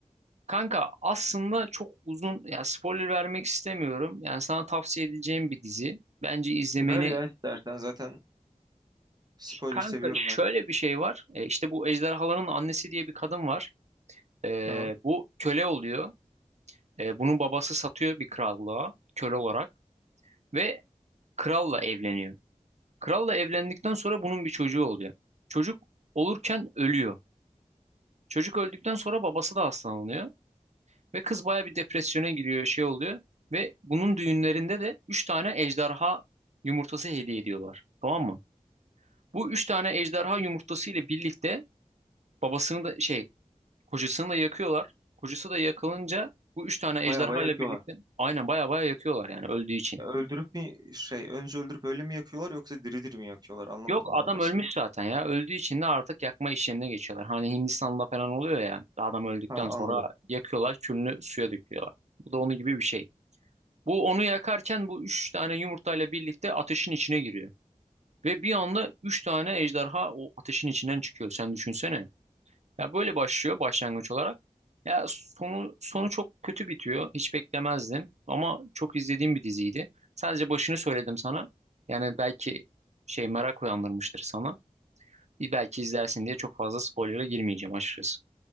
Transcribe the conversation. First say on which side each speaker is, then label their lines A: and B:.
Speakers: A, on the right; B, on the right.
A: kanka aslında çok uzun ya spoiler vermek istemiyorum. Yani sana tavsiye edeceğim bir dizi. Bence izlemeni
B: E ver ya istersen. Zaten spoiler
A: kanka
B: seviyorum
A: şöyle
B: ben.
A: bir şey var. Ee, işte bu ejderhaların annesi diye bir kadın var. Ee,
B: Aha.
A: bu köle oluyor. Ee, bunun babası satıyor bir krallığa köle olarak ve kralla evleniyor. Kralla evlendikten sonra bunun bir çocuğu oluyor. Çocuk olurken ölüyor. Çocuk öldükten sonra babası da hastalanıyor. Ve kız baya bir depresyona giriyor, şey oluyor. Ve bunun düğünlerinde de 3 tane ejderha yumurtası hediye ediyorlar. Tamam mı? Bu 3 tane ejderha yumurtası ile birlikte babasını da şey, kocasını da yakıyorlar. Kocası da yakılınca bu 3 tane
B: Baya
A: ejderha
B: baya yakıyorlar.
A: ile birlikte aynen baya baya yakıyorlar yani öldüğü için.
B: Ya öldürüp mi şey önce öldürüp öyle mi yakıyorlar yoksa diri diri mi yakıyorlar? Anlamadım
A: Yok adam
B: ben orasını.
A: ölmüş zaten ya. Öldüğü için de artık yakma işlemine geçiyorlar. Hani Hindistan'da falan oluyor ya. Adam öldükten
B: Ha
A: sonra
B: anladım.
A: yakıyorlar, külünü suya döküyorlar. Bu da onun gibi bir şey. Bu onu yakarken bu üç tane yumurtayla birlikte ateşin içine giriyor. Ve bir anda üç tane ejderha o ateşin içinden çıkıyor. Sen düşünsene. Ya böyle başlıyor başlangıç olarak. Ya sonu sonu çok kötü bitiyor. Hiç beklemezdim. Ama çok izlediğim bir diziydi. Sadece başını söyledim sana. Yani belki şey merak uyandırmıştır sana. Bir belki izlersin diye çok fazla spoiler'a girmeyeceğim açıkçası.